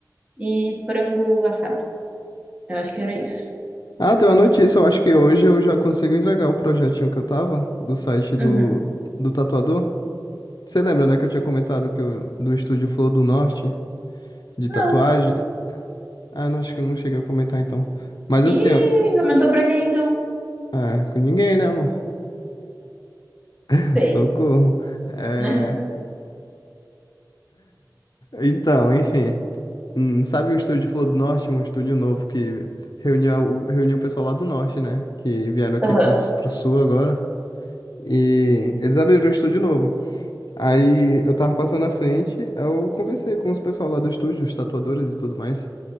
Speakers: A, on the right; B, on the left.
A: e frango assado. Eu acho que era isso.
B: Ah, eu tenho uma notícia. Eu acho que hoje eu já consigo entregar o projetinho que eu tava do site do,
A: Uhum.
B: do tatuador. Você lembra, né, que eu tinha comentado que eu, do estúdio Flor do Norte de tatuagem?
A: Não.
B: Ah, não, acho que eu não cheguei a comentar então. Mas assim,
A: Ih,
B: ó,
A: comentou pra quem então?
B: é, é, com ninguém, né, amor? <laughs>
A: Sei.
B: Socorro. É...
A: <laughs>
B: Então, enfim. Hum, sabe o estúdio de Flor do Norte? Um estúdio novo que reuniu, reuniu o pessoal lá do Norte, né? Que vieram aqui
A: Aham.
B: pro, s- pro Sul agora. E eles abriram um estúdio novo. Aí eu tava passando à frente, eu conversei com os pessoal lá do estúdio, os tatuadores e tudo mais.